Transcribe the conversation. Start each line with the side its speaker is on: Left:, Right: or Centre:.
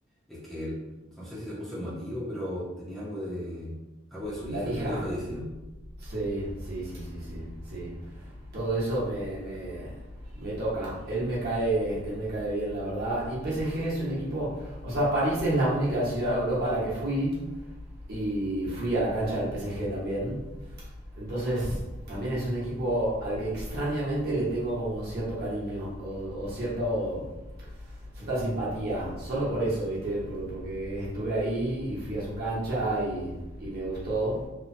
Centre: es que él- no sé si se puso emotivo, pero tenía algo de, algo de su
Right: la
Centre: hija
Right: hija
Centre: que había fallecido,
Right: Sí, sí, sí, sí, sí, sí. Todo eso me, me, me toca. Él me cae, él me cae bien, la verdad. Y PSG es un equipo, o sea, París es la única ciudad de Europa a la que fui y fui a la cancha del PSG también. Entonces, también es un equipo al que extrañamente le tengo como cierto cariño o, o cierto cierta simpatía, solo por eso, ¿viste? Por- porque estuve ahí y fui a su cancha y, y me gustó.